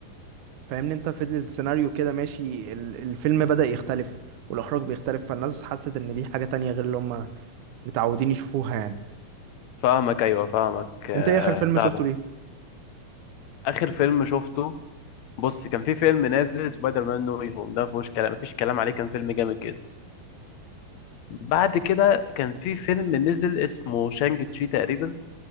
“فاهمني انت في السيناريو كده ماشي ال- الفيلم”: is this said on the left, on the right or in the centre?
Right